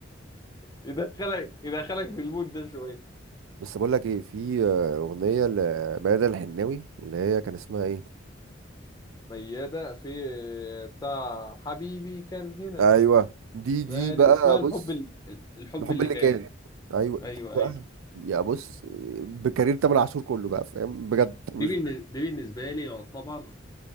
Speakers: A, on the left (about 20°); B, on the right (about 80°).
A: يدخلك يدخلك في المود ده شويه
B: بس بقول لك ايه في آه، اغنيه لميادة الحناوي اللي هي كان اسمها ايه
A: ميادة في بتاع حبيبي كان هنا
B: ايوه دي
A: بالي-
B: دي بقى
A: اسمها الحب
B: بص
A: ال- الحب
B: الحب
A: اللي
B: اللي
A: كان
B: كان ايوه
A: ايوه
B: دي بقى
A: ايوه
B: يا بص بكارير تامر عاشور كله بقى فاهم بجد
A: دي
B: مش
A: بالن- دي بالنسبه لي يعتبر